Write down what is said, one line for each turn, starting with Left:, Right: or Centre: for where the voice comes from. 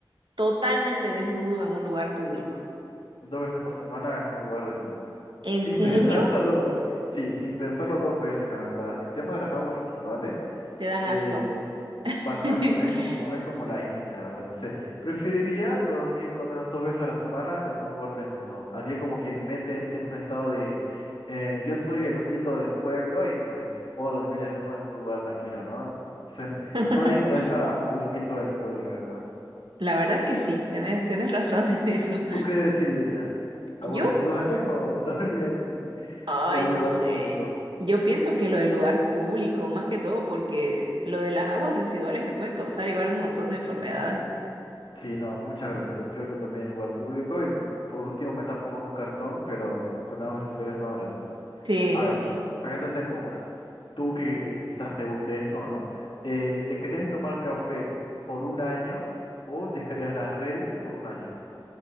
Right: totalmente desnudo en un lugar público?
Left: dos veces por semana en un lugar desnudo.
Right: ¿En
Left: Sin
Right: serio?
Left: <laughs> pensarlo dos veces. Sí, sin pensarlo dos veces, la verdad. El tema de las aguas residuales,
Right: Te dan asco.
Left: eh, bastante,
Right: <laughs>
Left: es como, es como la India, la verdad. Entonces, preferiría dormir por lo menos dos veces a la semana en un lugar desnudo. Haría como que mi mente entre en un estado de, eh, yo soy el loquito del pueblo y pues puedo dormir desnudo en un lugar tranquilo, ¿no? Se-
Right: <laughs>
Left: nadie molesta al loquito del pueblo, la verdad.
Right: La verdad que sí, tenés, tenés razón <laughs> en eso.
Left: ¿Tú qué decidirías? ¿Aguas
Right: Yo,
Left: residuales o <laughs> dormir en un,
Right: ay,
Left: en un
Right: no
Left: lugar
Right: sé.
Left: público?
Right: Yo pienso que lo del lugar público, más que todo, porque lo de las aguas residuales te pueden causar igual un montón de enfermedades.
Left: Sí, no, muchas gracias. Prefiero dormir en lugar público y mm, por último me tapo con un cartón, pero con aguas residuales no, gracias.
Right: Sí,
Left: A ver,
Right: sí.
Left: acá te tengo una. Tú que, que quizás te guste esto o no. Eh, ¿dejarías de tomar café por un año o dejarías las redes por un año?